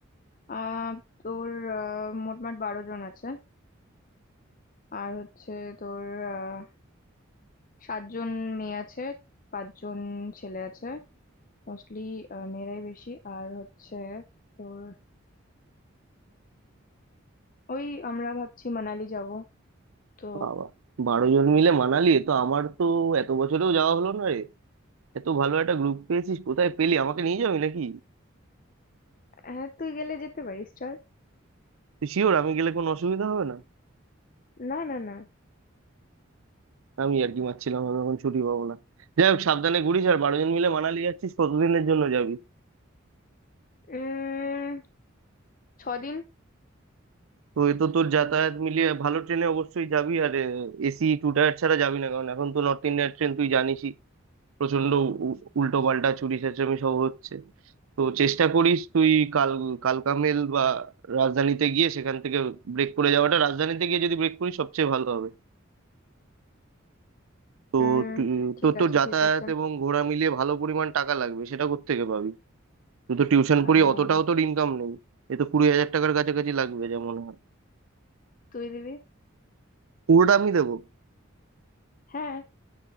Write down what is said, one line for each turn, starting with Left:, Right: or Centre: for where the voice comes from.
Left: আহ তোর আহ, মোটমাট বারো জন আছে আর হচ্ছে তোর আহ, সাতজন মেয়ে আছে পাঁচজন ছেলে আছে মোস্টলি মেয়েরাই বেশি আর হচ্ছে তোর ওই আমরা ভাবছি মানালি যাব তো
Right: বাবা বারো জন মিলে মানালি এ তো আমার তো এত বছরেও যাওয়া হলো না রে এত ভালো একটা গ্রুপ পেয়েছিস কোথায় পেলি আমাকে নিয়ে যাবি নাকি
Left: হ্যাঁ তুই গেলে যেতে পারিস চল
Right: তুই শিওর আমি গেলে কোনো অসুবিধা হবে না
Left: না না না
Right: আমি আর কি মারছিলাম আমি এখন ছুটি পাবো না যাই হোক সাবধানে ঘুরিস আর বারো জন মিলে মানালি যাচ্ছিস কতদিনের জন্য যাবি
Left: উম ছদিন
Right: তো এ তো তোর যাতায়াত মিলিয়ে ভালো ট্রেনে অবশ্যই যাবি আর এসি টু টায়ার ছাড়া যাবি না কারণ এখন তো নর্থ ইন্ডিয়ান ট্রেন তুই জানিসই প্রচন্ড উল্টো পাল্টা চুরি চেঁচামি সব হচ্ছে তো চেষ্টা করিস তুই কাল কালকামেল বা রাজধানীতে গিয়ে সেখান থেকে ব্রেক করে যাওয়াটা রাজধানীতে গিয়ে যদি ব্রেক করিস সবচেয়ে ভালো হবে তো
Left: উম
Right: তু-
Left: ঠিক
Right: তোর তো
Left: আছে
Right: যাতায়াত
Left: ঠিক আছে
Right: এবং ঘোরা মিলিয়ে ভালো পরিমাণ টাকা লাগবে সেটা কোত্থেকে পাবি তুই তো টিউশন
Left: আহ
Right: পড়ি অতটাও তোর ইনকাম নেই এ তো কুড়ি হাজার টাকার কাছাকাছি লাগবে যেমন হয়
Left: তুই দিবি
Right: পুরোটা আমি দেবো
Left: হ্যাঁ